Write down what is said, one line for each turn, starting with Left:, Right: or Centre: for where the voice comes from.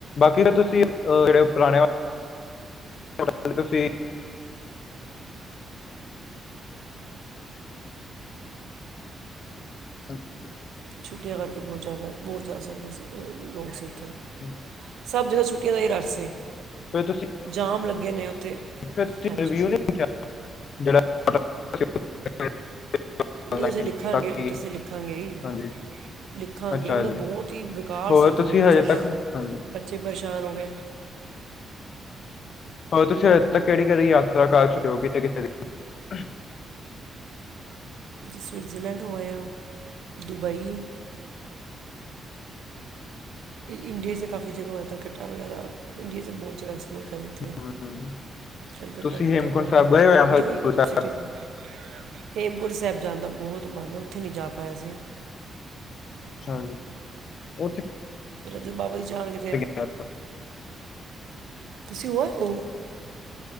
Left: ਬਾਕੀ ਤਾਂ ਤੁਸੀਂ ਅਹ ਜਿਹੜੇ ਪੁਰਾਣੇ ਤੁਹਾਡ ਤੁਸੀ <inaudible> <inaudible> <inaudible>
Right: ਛੁੱਟੀਆਂ ਕਰਕੇ ਬਹੁਤ ਜ਼ਿਆਦਾ ਬਹੁਤ ਜ਼ਿਆਦਾ ਸੰੰਗਤ ਸੀ ਲੋਕ ਬਹੁਤ ਸੀ। ਉੱਥੇ
Left: <unintelligible>
Right: ਸਭ ਜਗ੍ਹਾ ਛੁੱਟੀਆਂ ਦਾ ਹੀ ਰਸ਼ ਸੀ।
Left: ਫਿਰ ਤੁਸੀਂ
Right: ਜਾਮ ਲੱਗੇ ਨੇ ਉੱਥੇ
Left: ਫ <unintelligible>
Right: ਹਾਂਜੀ
Left: ਰਿਵਿਊ ਨੀਂ ਵੇਖਿਆ। ਜਿਹੜਾ <unintelligible> ਆਨਲਾਈਨ
Right: ਜ ਅਸੀਂ ਲਿਖਾਂਗੇ ਉਹ
Left: ਕਿ
Right: ਤਾਂ ਅਸੀਂ ਲਿਖਾਂਗੇ ਈ।
Left: ਹਾਂਜੀ
Right: ਲਿਖਾਂਗੇ
Left: ਅੱਛਾ
Right: ਮਤਲਬ
Left: ਜੀ
Right: ਬਹੁਤ ਹੀ ਬੇਕਾਰ
Left: ਹੋਰ
Right: ਸੀ ਉੱਥੇ
Left: ਤੁਸੀਂ
Right: ਹੋਟਲ
Left: ਹਜੇ
Right: ਸਾਡਾ
Left: ਤੱਕ ਹਾਂਜੀ
Right: ਬੱਚੇ ਪਰੇਸ਼ਾਨ ਹੋ ਗਏ।
Left: ਹੋਰ ਤੁਸੀ ਅਜੇ ਤੱਕ ਕਿਹੜੀ-ਕਿਹੜੀ ਯਾਤਰਾ ਕਰ ਚੁੱਕੇ ਓ ਕਿੱਥੇ ਕਿੱਥੇ ਦੀ?
Right: ਜ ਸਵਿਟਜ਼ਰਲੈਂਡ ਹੋਇਆ ਦੁਬਈ ਇੰਡੀਆ ਚ ਕਾਫੀ ਜਗ੍ਹਾ ਐ ਕਲਕੱਤਾ ਵਗੈਰਾ। ਇੰਡੀਆ ਚ ਬਹੁਤ ਜਿਆਦਾ ਐਕਸਪਲੋਰ ਕਰ ਲਿੱਤੀਆ।
Left: ਹਮ,
Right: ਕੋਲਕਾਤਾ
Left: ਤੁਸੀਂ
Right: ਕੀਤਾ
Left: ਹੇਮਕੁੰਟ
Right: ਕਵਰ
Left: ਸਾਹਿਬ ਗਏ ਹੋ ਜਾਂ ਹਰਿਮੰਦਰ
Right: ਜੋ ਵੀ
Left: ਸਾਹਿਬ
Right: ਸਿਟੀਜ ਨੇ। <inaudible> ਹੇਮਕੁੰਟ ਸਾਹਿਬ ਜਾਣ ਦਾ ਬਹੁਤ ਮਨ ਐ ਉੱਥੇ ਨੲਈਂ ਜਾ ਪਾਏ ਅਸੀਂ।
Left: ਅਛਾ ਜੀ, ਹਾਂਜੀ ਉਥੇ
Right: ਮੇਰਾ ਜਦ ਬਾਬਾ ਜੀ ਜਾਣਗੇ ਤੇ
Left: <inaudible> ਹਂ
Right: ਤੁਸੀ ਹੋ ਆਏ ਓ?